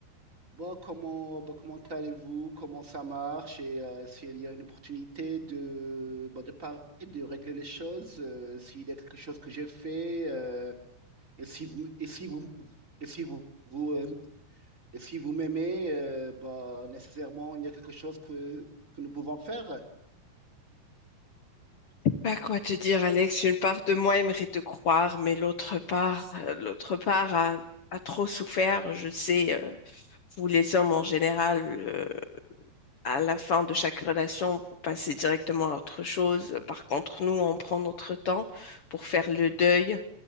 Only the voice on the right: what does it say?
bah, comment, bah, comment allez-vous, comment ça marche et euh, s'il y a une opportunité de, bah, de parler, de régler les choses, euh, s'il y a quelque chose que j'ai fait euh, et si vous, et si vous, et si vous, vous, euh, et si vous m'aimez, euh, bah, nécessairement, il y a quelque chose que, que nous pouvons faire.